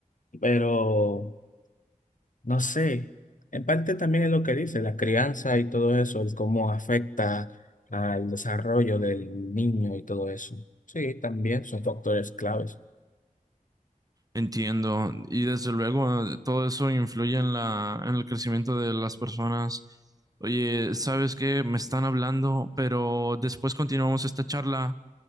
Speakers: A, on the left (about 65°); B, on the right (about 25°).
A: pero... No sé, en parte también es lo que dice, la crianza y todo eso, el cómo afecta al desarrollo del niño y todo eso. Sí, también son factores claves.
B: Entiendo. Y desde luego eh, todo eso influye en la, en el crecimiento de las personas. Oye, ¿sabes qué? Me están hablando, pero después continuamos esta charla.